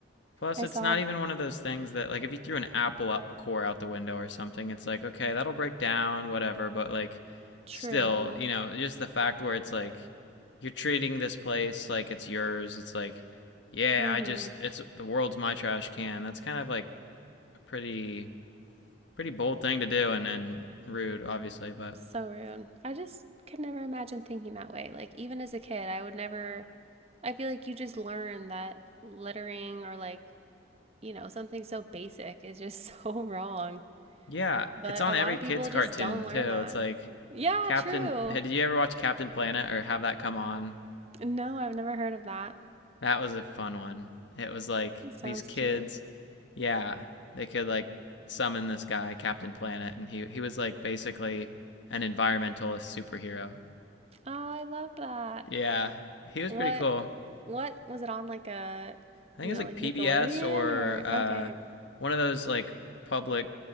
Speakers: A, on the left; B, on the right.
A: Plus,
B: I
A: it's
B: saw
A: not even one of those things that, like, if you threw an Apple core out the window or something, it's like, okay, that'll break down, whatever. But, like,
B: true.
A: still, you know, just the fact where it's like, you're treating this place like it's yours. It's like, yeah,
B: Mm
A: I
B: hmm.
A: just, it's the world's my trash can. That's kind of like a pretty, pretty bold thing to do and, and rude, obviously. But
B: So rude. I just could never imagine thinking that way. Like, even as a kid, I would never. I feel like you just learn that littering or like you know, something so basic is just <laughs> so wrong.
A: yeah,
B: But
A: it's on
B: a
A: every
B: lot of
A: kid's
B: people
A: cartoon,
B: just don't
A: too.
B: learn that.
A: It's like,
B: Yeah,
A: Captain,
B: true.
A: hey, did you ever watch Captain Planet or have that come on?
B: No, I've never heard of that.
A: That was a fun one. It was like
B: It sounds
A: these kids,
B: cute.
A: yeah, they could like summon this guy, Captain Planet, and he he was like basically an environmentalist superhero.
B: Oh, I love that.
A: Yeah, he was
B: What
A: pretty cool.
B: what was it on like a
A: I
B: you
A: think it was
B: know,
A: like
B: like
A: PBS
B: Nickelodeon
A: or
B: or
A: uh,
B: okay.
A: one of those like public